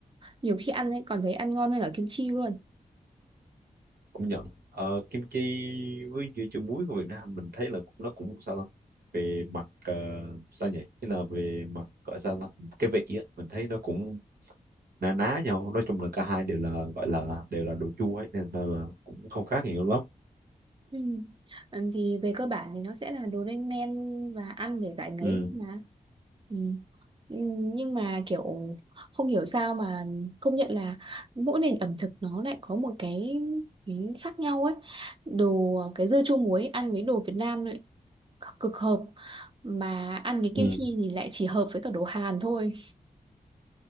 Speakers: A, on the right (about 35°); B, on the right (about 90°).
A: nhiều khi ăn ấy còn thấy ăn ngon hơn cả kim chi luôn
B: công nhận Ờ, kim chi với dưa chuột muối của Việt Nam mình thấy là cũng nó cũng sao ta về mặt ờ, sao nhỉ Tức là về mặt gọi sao ta cái vị á mình thấy nó cũng ná ná nhau nói chung là cả hai đều là gọi là đều là đồ chua ấy nên là cũng không khác nhiều lắm
A: Ừ. Ừ, Thì về cơ bản thì nó sẽ là đồ lên men và ăn để giải ngấy
B: ừ.
A: mà ừ. Ừ, Nhưng mà kiểu không hiểu sao mà công nhận là mỗi nền ẩm thực nó lại có một cái, cái khác nhau ấy đồ cái dưa chua muối ăn với đồ Việt Nam lại cực hợp mà ăn cái
B: Ừ.
A: kim chi thì lại chỉ hợp với cả đồ Hàn thôi